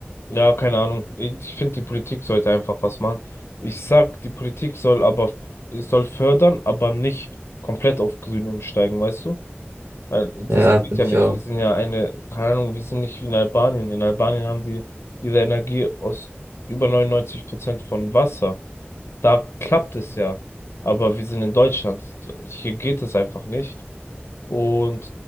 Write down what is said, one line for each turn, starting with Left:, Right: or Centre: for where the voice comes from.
Left: ja, keine Ahnung. Ich finde, die Politik sollte einfach was machen. Ich sag, die Politik soll aber, es soll fördern, aber nicht komplett auf Grün umsteigen, weißt du? Weil das
Right: Ja,
Left: geht
Right: finde
Left: ja nicht.
Right: ich auch.
Left: Wir sind ja eine, keine Ahnung, wir sind nicht wie in Albanien. In Albanien haben die ihre Energie aus über 99% von Wasser. Da klappt es ja. Aber wir sind in Deutschland. Hier geht es einfach nicht. Und